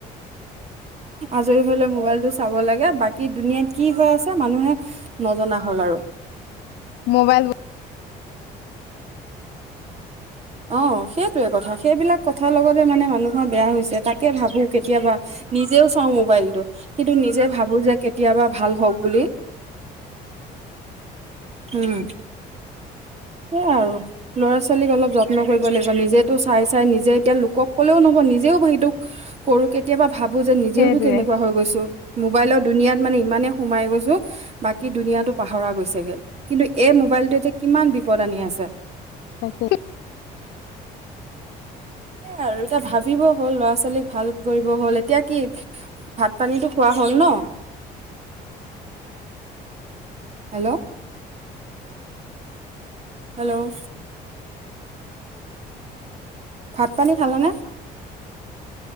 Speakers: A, on the right (about 40°); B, on the left (about 80°).
A: আজৰি হ'লে মোবাইলটো চাব লাগে, বাকী দুনীয়াত কি হৈ আছে মানুহে নজনা হ'ল আৰু।
B: মোবাইল
A: অ' সেইটোয়ে কথা, সেইবিলাক কথাৰ লগতে মানে মানুহৰ বেয়া হৈছে, তাকে ভাবো কেতিয়াবা নিজেও চাওঁ মোবাইলটো, কিন্তু নিজে ভাবো যে কেতিয়াবা ভাল হওক বুলি। উম সেইয়াই আৰু ল'ৰা ছোৱালীক অলপ যত্ন কৰিব লাগিব নিজেতো চাই চাই নিজে এতিয়া লোকক কলেও নহব নিজেও সেইটো কৰো কেতিয়াবা ভাবো যে নিজেওতো
B: সেইটোৱে
A: তেনেকুৱা হৈ গৈছো। মোবাইলৰ দুুনিয়াত মানে ইমানেই সোমাই গৈছো বাকী দুুনীয়াটো পাহৰা গৈছেগে, কিন্তু এই মোবাইলটোৱে যে কিমান বিপ পদ আনি আছে।
B: তাকে
A: সেইয়া আৰু এতিয়া ভাবিব হ'ল, ল'ৰা ছোৱালীক ভাল কৰিব হ'ল, এতিয়া কি ভাত পানীটো খোৱা হ'ল ন। হেল্ল' হেল্ল' ভাত পানী খালেনে।